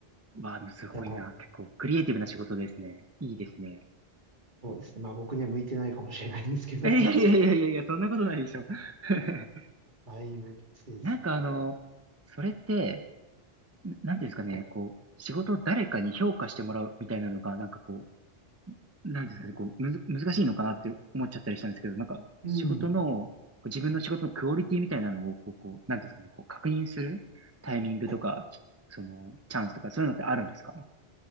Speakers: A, on the right (about 15°); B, on the right (about 50°).
A: わあ、でもすごいな。
B: いや、
A: 結構クリエイティブな仕事ですね。いいですね。
B: そうですね。まあ僕には向いてないかもしれないんですけど、
A: えいやいやいやいやいや、そんなことないでしょ。<laughs>
B: <laughs> だいぶきついですね。
A: なんかあの、それって、ななんていうんですかね、
B: はい。
A: こう、仕事を誰かに評価してもらうみたいなのが、なんかこう、なんですかね、こう、むず、難しいのかなって思っちゃったりしたんですけど、なんか、
B: うん。
A: 仕事の、こう自分の仕事のクオリティみたいなのを、こう、こう、なんていうんですかね、こう、確認するタイミングとか、
B: はい
A: きその、チャンスとか、そういうのってあるんですか